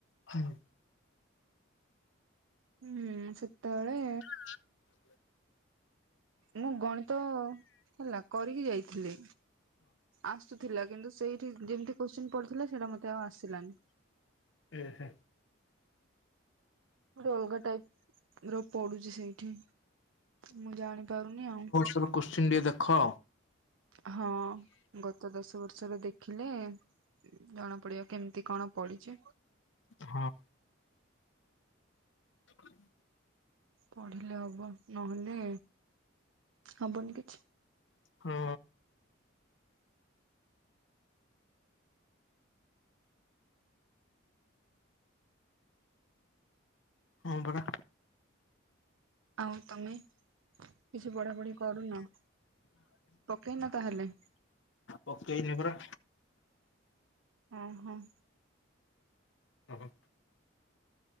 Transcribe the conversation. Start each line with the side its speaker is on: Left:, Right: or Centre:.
Left: ହଁ।
Right: ହୁଁ ସେତେବେଳେ
Left: ହଁ।
Right: ମୁଁ ଗଣିତ ହେଲା କରିକି ଯାଇଥିଲି। ଆସୁଥିଲା କିନ୍ତୁ ସେଇଠି ଯେମିତି କୋଶ୍ଚିନ୍ ପଡିଥିଲା ସେଇଟା ମତେ ଆଉ ଆସିଲାନି।
Left: ହ ହୁଁ।
Right: ଗୋଟେ ଅଲଗା ଟାଇପ ର ପଡୁଛି ସେଇଠି ମୁଁ ଜାଣିପାରୁନି ଆଉ।
Left: କୋଶ୍ଚିିନ ଟିଏ ଦେଖ।
Right: ହଁ ଗତ ଦଶ ବର୍ଷର ଦେଖିଲେ ଜଣା ପଡିବ କେମିତି କଣ? ପଡିଛି।
Left: ହଁ। <inaudible>
Right: ପଢିଲେ ହବ ନହେଲେ ହବନି କିଛି।
Left: ହଁ। ହଁ ପରା।
Right: ଆଉ ତମେ କିଛି ପଢ଼ାପଢ଼ି କରୁନ ପକେଇନ ତାହେଲେ?
Left: ପକେଇନି ପରା।
Right: ଅ ହଁ।
Left: ହ ହ।